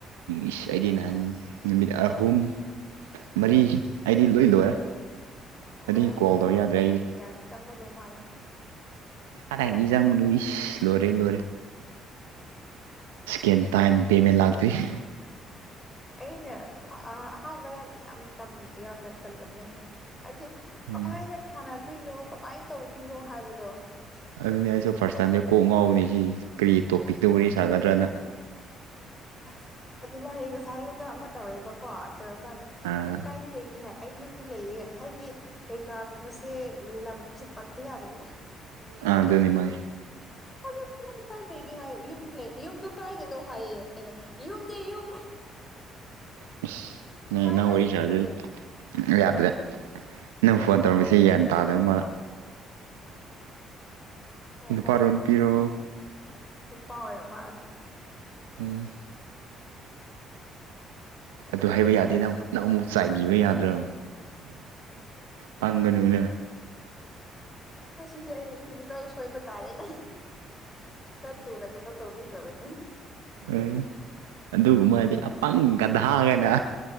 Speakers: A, on the right; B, on the left.
A: ꯏꯁ ꯑꯩꯗꯤ ꯅꯍꯥꯟ ꯅꯨꯃꯤꯠ ꯑꯍꯨꯝ ꯃꯔꯤ ꯑꯩꯗꯤ ꯂꯣꯏ ꯂꯣꯏꯔꯦ
B: ꯑꯣ
A: ꯑꯗꯨꯒꯤ ꯀꯣꯜ
B: ꯌꯥꯝ
A: ꯇꯧ
B: ꯆꯪꯂꯝꯗꯧ
A: ꯌꯥꯗ꯭ꯔꯦ ꯑꯩꯗꯤ
B: ꯌꯥꯝ ꯆꯪꯂꯝꯗꯧ ꯃꯥꯜꯂꯦ
A: ꯑꯗꯥꯥꯏꯗꯤꯖꯥꯡ ꯃꯅꯣ ꯏꯁ ꯂꫭꯏꯔꯦ ꯂꫭꯏꯔꯦ ꯏꯁꯀꯦꯟ ꯇꯥꯏꯝ ꯄꯦꯃꯦꯟ ꯂꯥꯛꯇꯣꯏꯅꯤ
B: ꯑꯩꯅ ꯑꯍꯥꯟꯕꯗꯗꯤ ꯌꯥꯝ ꯌꯥꯝꯅ ꯇꯜꯂꯝꯃꯦ ꯍꯥꯏꯕꯗꯤ
A: ꯎꯝ
B: ꯀꯃꯥꯏꯅ ꯁꯥꯟꯅꯗꯣꯏꯅꯣ ꯀꯃꯥꯏꯅ ꯇꯧꯗꯣꯏꯅꯣ ꯍꯥꯏꯕꯗꯣ
A: ꯑꯗꯨꯅꯤ ꯑꯩꯁꯨ ꯐꯥꯔꯁ ꯇꯥꯏꯝꯗ ꯀꯣꯛ ꯉꯥꯎꯕꯅꯤ ꯁꯤ ꯀꯔꯤ ꯇꯣꯄꯤꯛꯇ ꯋꯥꯔꯤ ꯁꯥꯒꯗ꯭ꯔꯅ
B: ꯑꯁ ꯑꯗꯨ ꯂꯥꯏꯔꯤ ꯉꯁꯥꯏ ꯑꯩꯉꯣꯟꯗ ꯑꯃ ꯇꯧꯔꯦꯕꯀꯣ ꯇꯧꯔꯀꯥꯟꯗ
A: ꯑꯥ
B: ꯅꯪ ꯀꯥꯏꯗ ꯂꯩꯒꯤ ꯍꯥ ꯑꯩ ꯌꯨꯝꯗ ꯂꯩꯌꯦ ꯍꯥꯏꯗꯤ ꯀꯩꯀꯥꯒꯨꯝꯕꯁꯦ ꯂꯝꯒꯨꯝꯕꯁꯦ ꯄꯟꯕ ꯌꯥꯗꯕꯅꯤꯅ
A: ꯑꯥ ꯑꯗꯨꯅꯤ ꯃꯥꯅꯤ
B: ꯑꯗꯨ ꯅꯪ ꯀꯥꯏ ꯂꯩꯒꯦ ꯍꯥꯏ ꯌꯨꯝꯗ ꯂꯩ ꯌꯨꯝꯗꯨ ꯀꯥꯏꯗꯅꯣ ꯍꯥꯏꯌꯦ ꯑꯩꯅ ꯌꯨꯝꯅꯦ ꯌꯨꯝ
A: ꯏꯁ
B: ꯑꯗꯨꯃꯥꯏ
A: ꯅ ꯅ
B: ꯍꯥꯏꯈꯤꯕꯅꯦ
A: ꯋꯥꯔꯤ ꯆꯥꯔꯖꯤ ꯌꯥꯗꯔꯦ ꯅꯪ ꯐꯣꯟ ꯇꯧꯔꯛꯄꯁꯦ ꯒ꯭ꯌꯥꯟ ꯇꯥꯗ ꯃꯥꯜꯂꯦ
B: ꯑꯣ
A: ꯅꯨꯄꯥꯔꯣ
B: ꯑꯣ
A: ꯅꯨꯄꯤꯔꯣ
B: ꯅꯨꯄꯥ ꯑꯣꯏꯔ ꯃꯥꯜꯂꯦ
A: ꯎꯝ ꯑꯗꯨ ꯍꯥꯏꯕ ꯌꯥꯗꯦ ꯅꯪ ꯅꯪ ꯑꯃꯨꯛ ꯆꯥꯏꯕꯤꯕ ꯌꯥꯗ꯭ꯔꫭ ꯄꯪꯒꯅꯨꯅꯦ
B: ꯑꯁꯤꯗꯤ ꯑꯩ ꯁꯤꯗꯤ ꯂꯣꯏ ꯁꯣꯏꯕ ꯇꯥꯔꯦꯅꯦ ꯈꯔ ꯊꯨꯅ ꯀꯩꯅꯣ ꯇꯧꯕꯤꯈ꯭ꯔꯕꯅꯦ
A: ꯎꯝ ꯑꯗꯨꯒꯨꯝꯕꯗꯤ ꯑꯄꯪ ꯒꯗꯥ ꯒꯥꯏꯅ